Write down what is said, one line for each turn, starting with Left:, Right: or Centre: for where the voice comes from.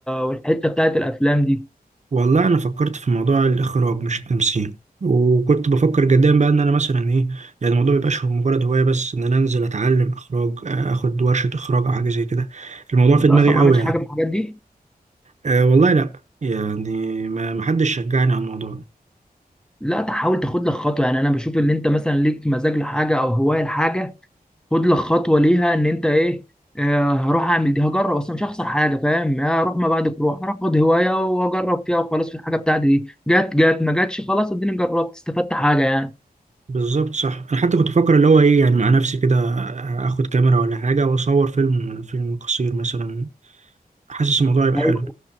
Centre: والحته بتاعت الافلام دي
Right: والله انا فكرت في موضوع الاخراج مش التمثيل وكنت بفكر جدا بقى ان انا مثلا ايه يعني الموضوع ميبقاش هو مجرد هوايه بس ان انا انزل اتعلم اخراج آه، اخد ورشه اخراج او حاجه زي كده الموضوع في
Centre: انت
Right: دماغي
Centre: اصلا ما
Right: قوي
Centre: عملتش
Right: يعني
Centre: حاجه في الحاجات دي
Right: أه والله لا يعني ما ما حدش شجعني على الموضوع ده
Centre: لا تحاول تاخد لك خطوه يعني انا بشوف ان انت مثلا ليك مزاج لحاجه او هوايه لحاجه خد لك خطوه ليها ان انت ايه آه، هروح اعمل دي هجرب اصلا مش هخسر حاجه فاهم يعني هروح ما بعد بروح هروح اخد هوايه واجرب فيها وخلاص في الحاجه بتاعتي دي جت جت ما جاتش خلاص اديني جربت استفدت حاجه يعني
Right: بالظبط صح انا حتى كنت بفكر اللي هو ايه يعني مع نفسي كده آه، اخد كاميرا ولا حاجه واصور فيلم فيلم قصير مثلا حاسس الموضوع يبقى
Centre: طيب،
Right: حلو